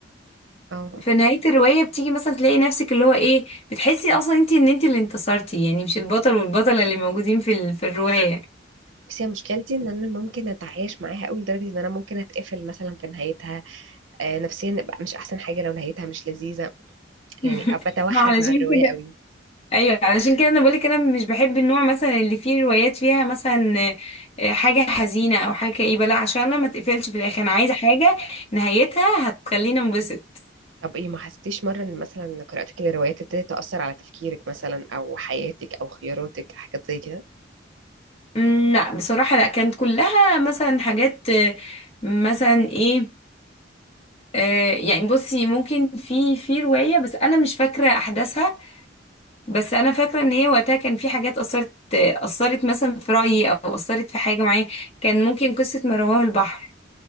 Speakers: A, on the right (about 85°); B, on the left (about 35°).
A: اه
B: في نهاية الرواية بتيجي مثلا تلاقي نفسك اللي هو ايه بتحسي اصلا انت ان انت اللي انتصرتي يعني مش البطل والبطلة اللي موجودين في ال... في الرواية
A: بس هي مشكلتي ان انا ممكن اتعايش معاها قوي لدرجه ان انا ممكن اتقفل مثلا في نهايتها آه نفسيا ابقى مش احسن حاجه لو نهايتها مش لذيذه
B: <laughs>
A: يعني ابقى بتوحد
B: ما علشان
A: مع الروايه
B: كده
A: قوي
B: ايوه علشان كده انا بقولك انا مش بحب النوع مثلا اللي فيه روايات فيها مثلا آه، حاجة حزينة او حاجة كئيبة لا عشان انا ما تقفلش في الاخر انا عايزة حاجة نهايتها هتخليني انبسط
A: طب ايه ما حسيتيش مره ان مثلا قراءتك للروايات ابتدت تاثر على تفكيرك مثلا او حياتك او خياراتك حاجات زي كده
B: أمم، لا بصراحة لا كانت كلها مثلا حاجات آه، مثلا ايه آه، يعني بصي ممكن في في رواية بس انا مش فاكرة احداثها بس انا فاكره ان هي وقتها كان في حاجات اثرت اثرت مثلا في رايي او اثرت في حاجه معايا كان ممكن قصه ما رواه البحر